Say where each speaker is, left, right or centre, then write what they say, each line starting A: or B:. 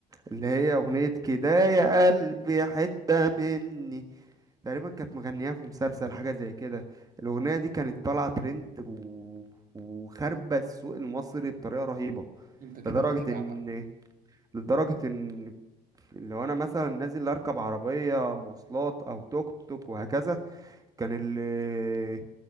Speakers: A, on the right; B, on the right.
A: اللي هي أغنية كده يا قلبي حتة مني تقريبا كانت مغنياها في مسلسل حاجة زي كده الأغنية دي كانت طالعة ترند و... وخاربة السوق المصري بطريقة رهيبة
B: وانت كده
A: لدرجة
B: متابع
A: إن
B: بقى
A: لدرجة إن لو أنا مثلا نازل أركب عربية مواصلات أو توك توك وهكذا كان ال...